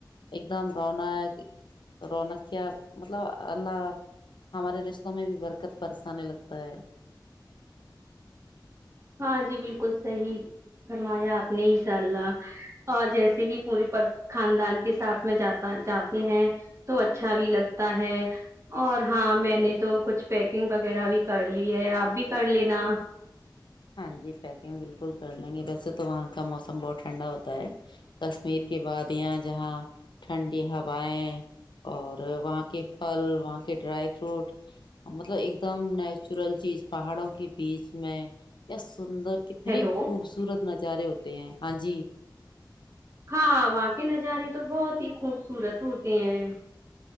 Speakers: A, on the left; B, on the right.
A: ایک دم رونق رونق کیا مطلب اللہ ہمارے رشتوں میں بھی برکت پرسانے لگتا ہے
B: ہاں جی بالکل صحیح کروایا آپ نے ہی سالنا اور جیسے ہی پورے پر خاندان کے ساتھ میں جاتا جاتے ہیں تو اچھا بھی لگتا ہے اور ہاں میں نے تو کچھ پیکنگ وغیرہ بھی کر لی ہے آپ بھی کر لینا
A: ہاں جی پیکنگ بالکل پل کر لیں گے ویسے تو وہاں کا موسم بہت ٹھنڈا ہوتا ہے کشمیر کے وادیاں جہاں ٹھنڈی ہوائیں اور وہاں کے پھل وہاں کے ڈرائی فروٹ مطلب ایک دم نیچورل چیز پہاڑوں کے بیچ میں <inaudible> سندر کتنی
B: ہیلو
A: خوبصورت نظارے ہوتے ہیں ہاں جی
B: ہاں وہاں کے نظارے تو بہت ہی خوبصورت ہوتے ہیں